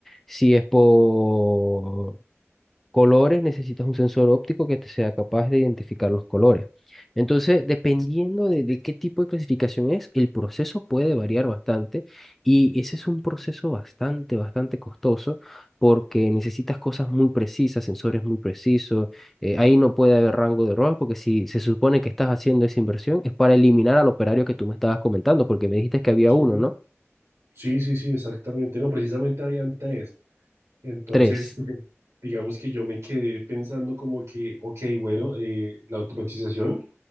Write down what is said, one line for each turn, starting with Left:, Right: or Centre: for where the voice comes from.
Centre: Si es por Colores, necesitas un sensor óptico que te sea capaz de identificar los colores. Entonces, dependiendo de, de qué tipo de clasificación es, el proceso puede variar bastante y ese es un proceso bastante, bastante costoso porque necesitas cosas muy precisas, sensores muy precisos. eh, ahí no puede haber rango de error porque si se supone que estás haciendo esa inversión es para eliminar al operario que tú me estabas comentando porque me dijiste que había uno,
Right: sí,
Centre: ¿no?
Right: Sí, sí, sí, exactamente. No, precisamente habían tres. Entonces,
Centre: Tres.
Right: Ujú. digamos que yo me quedé pensando como que, ok, bueno, eh, la automatización